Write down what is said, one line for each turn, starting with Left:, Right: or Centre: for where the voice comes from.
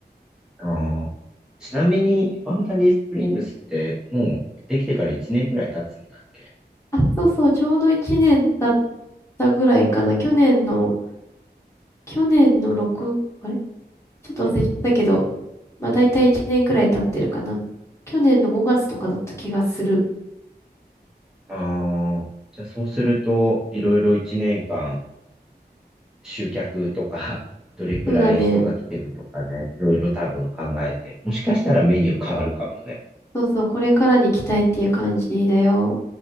Centre: な。あーちなみに、ファンタジースプリングスってもうできてから1年くらい経つんだっけ
Left: あ、そうそう、ちょうど1年経ったぐらいかな。去年の、去年の6、あれちょっと忘れちゃったけど、まあ大体1年ぐらい経ってるかな。去年の5月とかだった気がする。
Centre: ああじゃあそうすると、いろいろ1年間集客とか、<laughs> どれくらい人が来てるとかね、
Left: そうだね。
Centre: いろいろ多分考えて、もしかしたらメニュー変わるかもね。
Left: そうそう、これからに期待っていう感じだよ。